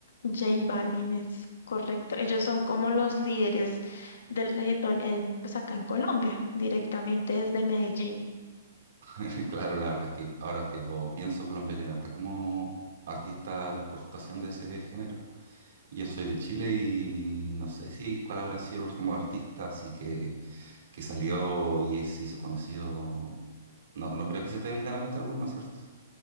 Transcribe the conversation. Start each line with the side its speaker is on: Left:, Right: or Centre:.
Left: J Balvin es correcto. Ellos son como los líderes del reggaetón en, pues acá en Colombia, directamente desde Medellín.
Right: <laughs> Claro, la verdad es que ahora que lo pienso, Colombia tiene harta como artista de exportación de ese género. Yo soy de Chile y no sé si cuál habrá sido el último artista, así que... que salió y se hizo conocido. No, no creo que se te venga a la mente alguno, ¿cierto?